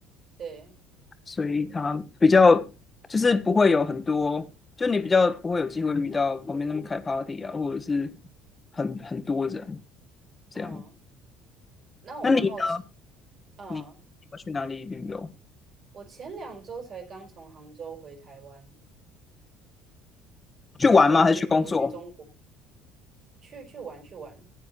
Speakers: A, on the right; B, on the left.
A: 对，
B: 所以它比较就是不会有很多，就你比较不会有机会遇到旁边那么开 party 啊，或者是很很多人这样。
A: 嗯，那我蛮好奇，
B: 那你呢？
A: 嗯。
B: 你你们去哪里旅游？
A: 我前两周才刚从杭州回台湾，
B: 去玩吗？
A: 就是我去我去中国
B: 还是去工作？
A: 去去玩去玩，